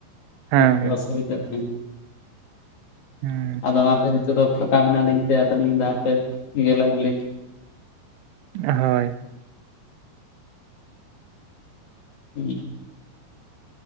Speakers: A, on the right; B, on the left.
A: ᱦᱮᱸ
B: ᱮᱠᱴᱩ ᱚᱥᱩᱵᱤᱫᱟᱜ ᱛᱟᱦᱮᱸᱱ
A: ᱦᱩᱸ
B: ᱟᱫᱚ ᱚᱱᱟᱛᱮ ᱱᱤᱛᱳᱜ ᱫᱚ ᱯᱷᱚᱠᱟ ᱢᱮᱱᱟᱜ ᱞᱤᱧ ᱛᱮ ᱟᱫᱚᱞᱤᱧ ᱢᱮᱱᱫᱟ ᱦᱟᱯᱮ ᱤᱭᱟᱹ ᱞᱮ ᱜᱮᱞᱤᱧ
A: ᱦᱳᱭ
B: ᱸ <unintelligible>